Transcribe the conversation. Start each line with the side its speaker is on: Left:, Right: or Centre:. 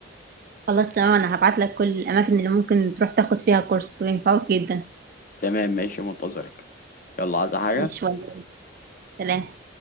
Right: خلاص تمام انا هبعت لك كل الاماكن اللي ممكن تروح تاخد فيها كورس وينفعوك جدا
Left: تمام ماشي منتظرك يلا عايز حاجة
Right: شوية سلام